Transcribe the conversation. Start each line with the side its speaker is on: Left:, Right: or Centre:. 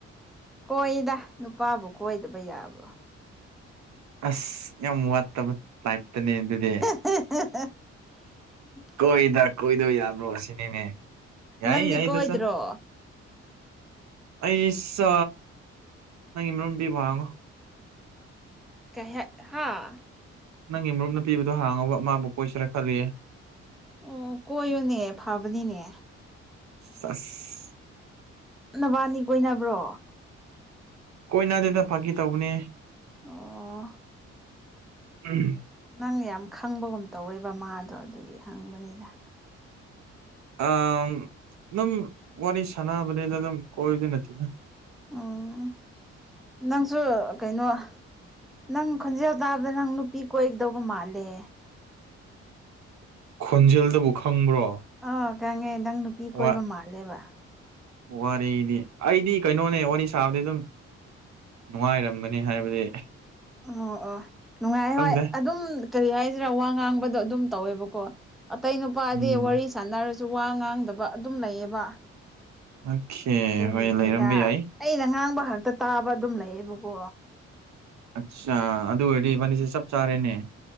Centre: ꯀꯣꯏꯗ ꯅꯨꯄꯥꯕꯨ ꯀꯣꯏꯗꯕ ꯌꯥꯕ꯭ꯔꯣ
Right: ꯑꯁ ꯌꯥꯝ ꯋꯥꯠꯇꯕ ꯇꯥꯏꯞꯇꯅꯦ ꯑꯗꯨꯗꯤ
Centre: <unintelligible>
Right: ꯀꯣꯏꯗ ꯀꯣꯏꯗꯕ ꯌꯥꯕ꯭ꯔꯣ ꯁꯤꯅꯤꯅꯦ ꯌꯥꯏ
Centre: ꯅꯪꯗꯤ
Right: ꯌꯥꯏ
Centre: ꯀꯣꯏꯗ꯭ꯔꯣ
Right: ꯑꯗꯨꯁꯨ ꯑꯩꯁꯨ ꯅꯪꯒꯤ ꯅꯔꯨꯞ ꯅꯨꯄꯤꯕꯨ ꯍꯪꯉꯣ
Centre: ꯀꯩ ꯍꯥꯥ
Right: ꯅꯪꯒꯤ ꯃꯔꯨꯞ ꯅꯨꯄꯤꯕꯨ ꯍꯥꯡꯉꯣꯕ ꯃꯥꯕꯨ ꯀꯣꯏꯁꯤꯔ ꯈꯜꯂꯤ
Centre: ꯑꯣ ꯀꯣꯏꯌꯨꯅꯦ ꯐꯕꯅꯤꯅꯦ
Right: ꯁꯥꯁ
Centre: ꯅꯕꯅꯤ ꯀꯣꯏꯅꯕ꯭ꯔꯣ
Right: ꯀꯣꯏꯅꯗꯦꯗ ꯐꯒꯤ ꯇꯧꯕꯅꯦ
Centre: ꯑꯣ
Right: ꯎꯝ
Centre: ꯅꯪ ꯌꯥꯝ ꯈꯪꯕꯒꯨꯝ ꯇꯧꯋꯦꯕ ꯃꯥꯗꯣ ꯑꯗꯨꯒꯤ ꯍꯪꯕꯅꯤꯗ
Right: ꯑꯗꯨꯝ ꯋꯥꯔꯤ ꯁꯥꯟꯅꯕꯅꯤꯗ ꯑꯗꯨꯝ ꯀꯣꯏꯕꯗꯤ ꯅꯠꯇꯦꯗ <inaudible>
Centre: ꯎꯝ ꯅꯪꯁꯨ ꯀꯩꯅꯣ ꯅꯪ ꯈꯣꯟꯖꯦꯜ ꯇꯥꯕꯗ ꯅꯪ ꯅꯨꯄꯤ ꯀꯣꯏꯒꯗꯧꯕ ꯃꯥꯜꯂꯦ
Right: ꯈꯣꯟꯖꯦꯜꯗꯕꯨ ꯈꯪꯕ꯭ꯔꯣ
Centre: ꯑ ꯈꯪꯉꯦ ꯅꯪ ꯅꯨꯄꯤ ꯀꯣꯏꯕ
Right: ꯋꯥ
Centre: ꯃꯥꯜꯂꯦꯕ
Right: ꯋꯥꯔꯤꯗꯤ ꯑꯩꯗꯤ ꯀꯩꯅꯣꯅꯦ ꯋꯥꯔꯤ ꯁꯥꯕꯗꯤ ꯑꯗꯨꯝ ꯅꯨꯡꯉꯥꯏꯔꯝꯒꯅꯤ ꯍꯥꯏꯕꯗꯤ
Centre: ꯑꯣ ꯑꯣ ꯅꯨꯡꯉꯥꯏ
Right: ꯈꯪꯗꯦ
Centre: ꯍꯣꯏ ꯑꯗꯨꯝ ꯀꯔꯤ ꯍꯥꯏꯁꯤꯔꯥ ꯋꯥ ꯉꯥꯡꯕꯗꯣ ꯑꯗꯨꯝ ꯇꯧꯋꯦꯕꯀꯣ ꯑꯇꯩ ꯅꯨꯄꯥꯗꯤ
Right: ꯎꯝ
Centre: ꯋꯥꯔꯤ ꯁꯥꯟꯅꯔꯁꯨ ꯋꯥ ꯉꯥꯡꯗꯕ ꯑꯗꯨꯝ ꯂꯩꯌꯦꯕ
Right: ꯑꯣꯀꯦ
Centre: ꯑꯗꯨꯒꯤꯅꯤꯗ
Right: ꯍꯣꯏ ꯂꯩꯔꯝꯕ ꯌꯥꯏ
Centre: ꯑꯩꯅ ꯉꯥꯡꯕ ꯈꯛꯇ ꯇꯥꯕ ꯑꯗꯨꯝ ꯂꯩꯌꯦꯕꯀꯣ
Right: ꯑꯠꯆꯥꯥ ꯑꯗꯨ ꯑꯣꯏꯔꯗꯤ ꯃꯥꯅꯤꯁꯦ ꯆꯞ ꯆꯥꯔꯦꯅꯦ